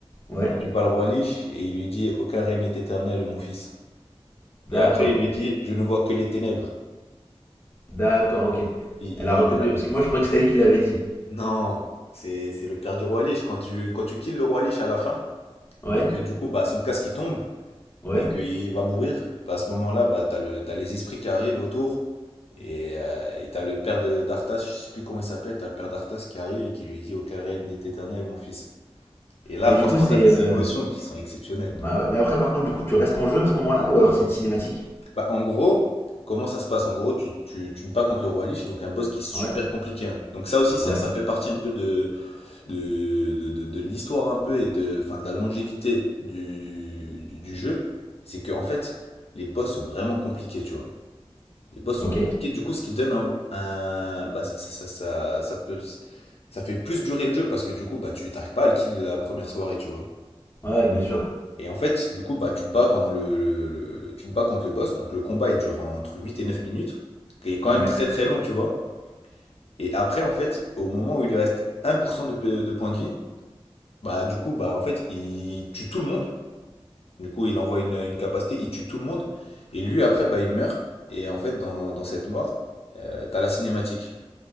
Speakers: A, on the left; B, on the left.
A: ouais,
B: quand tu bats le Roi Lich, et il lui dit, aucun règne n'est éternel, mon fils.
A: d'accord,
B: Et après, il lui dit, je ne vois que les ténèbres.
A: d'accord, ok.
B: Il,
A: Elle
B: il-
A: a recopié,
B: elle a-
A: parce que moi je croyais que c'était elle qui l'avait dit.
B: Non, c'est c'est le père du Roi Lich. Quand tu, quand tu kills le Roi Lich à la fin,
A: Ouais,
B: et que du coup, bah, son casque il tombe
A: ouais.
B: et qu'il va mourir, bah, à ce moment-là, bah, t'as le, t'as les esprits qui arrivent autour et euh, et t'as le père de- d'Arthas, je sais plus comment il s'appelle, t'as le père d'Arthas qui arrive et qui lui dit, Aucun règne n'est éternel, mon fils. Et là,
A: Mais
B: franchement,
A: du coup, c'est
B: t'as des
A: euh,
B: émotions qui sont exceptionnelles.
A: Bah ouais. Mais après, par contre, du coup, tu restes en jeu à ce moment-là ou alors c'est une cinématique?
B: Bah, en gros, comment ça se passe? En gros, tu, tu, tu te bats contre le roi Lich, donc un boss qui est super
A: Ouais,
B: compliqué. hein. Donc ça aussi, ça,
A: ouais,
B: ça fait partie un peu de, de, de, de- de l'histoire un peu et de, enfin, de la longévité du, du, du jeu, c'est que en fait, les boss sont vraiment compliqués, tu vois. Les boss sont
A: ok.
B: compliqués,
A: Ouais,
B: du coup, ce qui donne un, un- bah, ça, ça, ça, ça, ça te- ça fait plus durer le jeu parce que du coup, bah, tu t'arrives pas à le kill la première soirée, tu vois.
A: ouais, bien sûr.
B: Et en fait, du coup, bah, tu te bats pendant le, le- le- tu te bats contre le boss, donc le combat il dure entre 8 et 9 minutes, qui est quand même
A: Ouais,
B: très très long, tu vois. Et après, en fait, au moment où il lui reste 1% de, de points de vie, Bah, du coup, bah, en fait, il tue tout le monde. Du coup, il envoie une, une capacité, il tue tout le monde. Et lui, après, bah, il meurt. Et en fait, dans, dans cette mort, euh, t'as la cinématique.